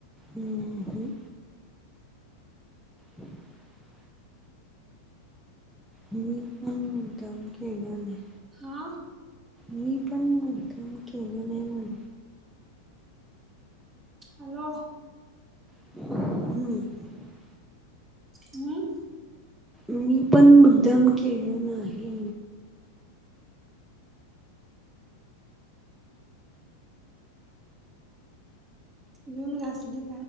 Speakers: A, in the centre; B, on the right.
A: हम हम. ह <unintelligible> मी पण मुद्दाम केलेलो नाही.
B: हा
A: मी पण मुद्दाम केले नाही म्हणल.
B: हॅलो.
A: हम.
B: हम्म.
A: मी पण मुद्दाम केलो नाही.
B: येऊन घासलीत.